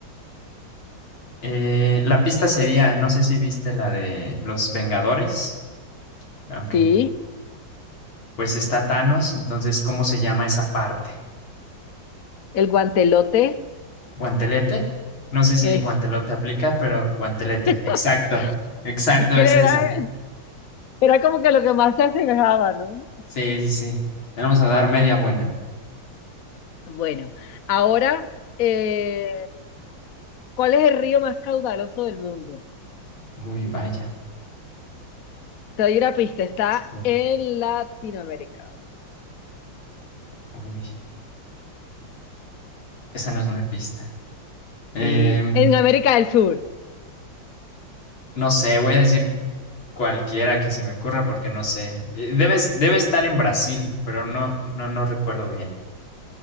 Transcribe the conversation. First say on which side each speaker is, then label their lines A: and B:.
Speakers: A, on the left; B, on the left.
A: eh, la pista sería, no sé si viste la de los Vengadores, aunque
B: Sí.
A: pues está Thanos, entonces, ¿cómo se llama esa parte?
B: El guantelote
A: ¿Guantelete? No sé si
B: es.
A: guantelote aplica, pero guantelete, exacto,
B: <laughs>
A: exacto,
B: ¿Qué
A: es esa.
B: era? Era como que lo que más se asemejaba, ¿no?
A: Sí, sí, sí. Le vamos a dar media buena.
B: Bueno, ahora, eh, ¿cuál es el río más caudaloso del mundo?
A: Uy, vaya.
B: Te doy una pista, está
A: sí,
B: en Latinoamérica.
A: Uy, esa no es una pista. Em,
B: Sí, en América del Sur
A: No sé, voy a decir cualquiera que se me ocurra porque no sé. Eh, Debe, es- debe estar en Brasil, pero no, no, no recuerdo bien.